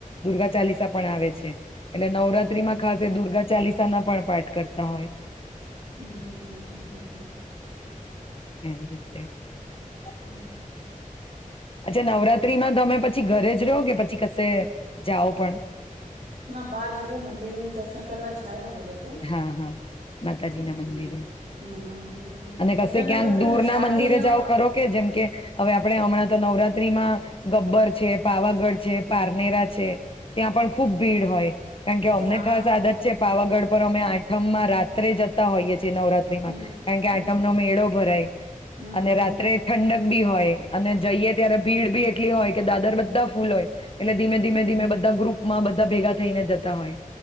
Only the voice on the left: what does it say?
દુર્ગા ચાલીસા પણ આવે છે. એટલે નવરાત્રીમાં ખાસ એ દુર્ગા ચાલીસાના પણ પાઠ કરતા હોય.
<unintelligible>
અચ્છા નવરાત્રીમાં તમે પછી ઘરે જ રહો કે પછી કશે જાઓ પણ
હા હા માતાજી
ના
મંદિરે
અને
કશે
ક્યાંક દૂર
ના મંદિરે
જાઓ ખરો કે જેમ કે હવે આપણે હમણાં તો નવરાત્રીમાં ગબ્બર છે પાવાગઢ છે પારનેરા છે ત્યાં પણ ખુબ ભીડ હોય. કારણ કે
અમને ખાસ
આદત છે પાવાગઢ અમે આઠમમાં રાત્રે જતા હોઈએ નવરાત્રીમાં
કારણ કે
આઠમનો
મેળો ભરાય
અને
રાત્રે
ઠંડક બી હોય. અને જઈએ ત્યારે ભીડ બી એટલી હોય. કે દાદર બધા ફૂલ હોય. એટલે ધીમે ધીમે
ધીમે
બધા ગ્રુપમાં બધા ભેગા થઈને જતા હોય.